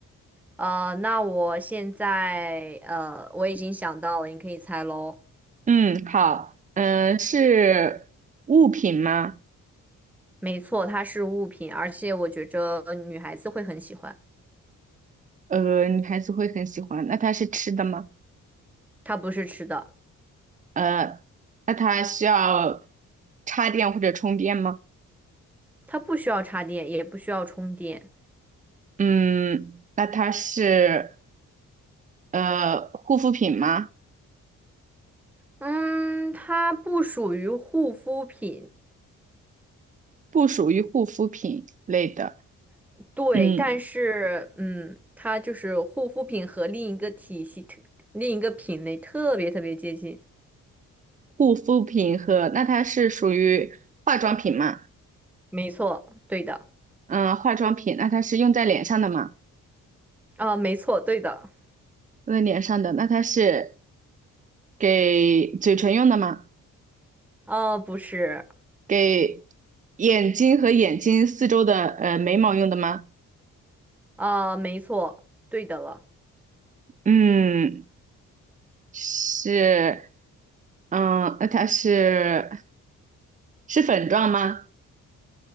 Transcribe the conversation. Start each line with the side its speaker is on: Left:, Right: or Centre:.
Centre: 呃，那我现在呃，我已经想到了，你可以猜喽。
Right: 嗯，好，嗯，是物品吗？
Centre: 没错，它是物品，而且我觉着女孩子会很喜欢。
Right: 呃，女孩子会很喜欢。那它是吃的吗？
Centre: 它不是吃的，
Right: 呃，那它需要插电或者充电吗？
Centre: 它不需要插电，也不需要充电。
Right: 嗯，那它是呃护肤品吗？
Centre: 嗯，它不属于护肤品。
Right: 不属于护肤品类的。
Centre: 对，
Right: 嗯，
Centre: 但是嗯，它就是护肤品和另一个体系、特另一个品类特别特别接近。
Right: 护肤品和那它是属于化妆品吗？
Centre: 没错，对的，
Right: 嗯，化妆品，那它是用在脸上的吗？
Centre: 啊、没错，对的，
Right: 用在脸上的，那它是给嘴唇用的吗？
Centre: 啊、不是，
Right: 给眼睛和眼睛四周的呃眉毛用的吗？
Centre: 啊、没错，对的了，
Right: 嗯，是，嗯，那它是是粉状吗？